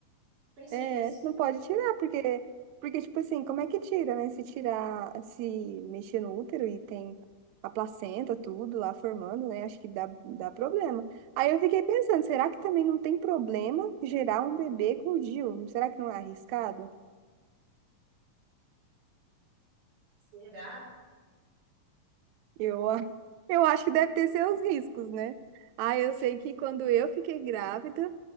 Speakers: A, on the right; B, on the right.
A: Pensei
B: É,
A: nisso.
B: não pode tirar, porque, porque, tipo assim, como é que tira, né? Se tirar, se mexer no útero e tem a placenta, tudo lá formando, né? Acho que dá, dá problema. Aí eu fiquei pensando, será que também não tem problema gerar um bebê com o DIU? Será que não é arriscado?
A: Será?
B: Eu, a- <laughs> eu acho que deve ter seus riscos, né? Ah, eu sei que quando eu fiquei grávida,